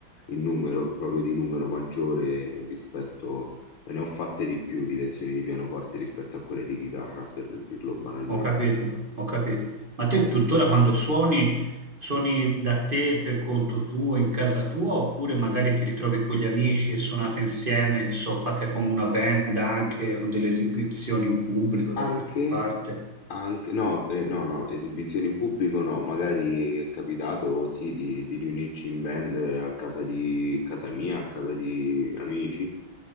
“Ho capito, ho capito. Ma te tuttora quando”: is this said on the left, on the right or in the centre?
Right